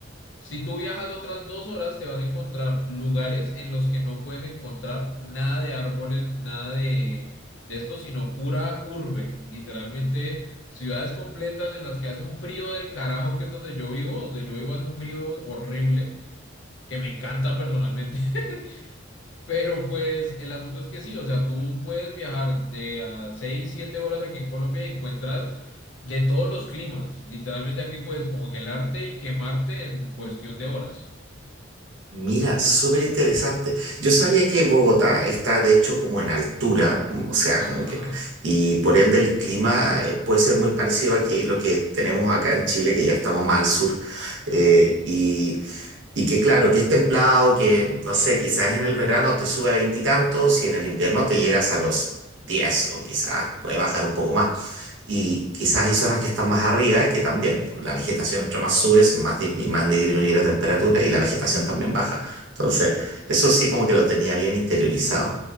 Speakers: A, on the left (about 75°); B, on the right (about 70°).
A: Si tú viajas otras dos horas, te vas a encontrar lugares en los que no puedes encontrar nada de árboles, nada de, de esto, sino pura urbe. Literalmente, ciudades completas en las que hace un frío del carajo, que es donde yo vivo. Donde yo vivo hace un frío horrible, que me encanta personalmente. <laughs> Pero pues el asunto es que sí, o sea, tú puedes viajar de a 6, 7 horas aquí en Colombia y encuentras de todos los climas. Literalmente aquí puedes congelarte y quemarte en cuestión de horas.
B: Mira, súper interesante. Yo sabía que Bogotá está de hecho como en altura, o sea,
A: Ajá,
B: como que,
A: ajá.
B: y por ende el clima eh, puede ser muy parecido aquí, lo que tenemos acá en Chile, que ya estamos más al sur. Eh, y y que claro, que es templado, que no sé, quizás en el verano te sube a veintitantos y, en el invierno te llegas a los diez o quizás puede bajar un poco más. Y quizás hay zonas que están más arriba que también, pues, la vegetación entre más subes, más, dismi- más disminuye la temperatura y la vegetación también baja. Entonces, eso sí como que lo tenía bien interiorizado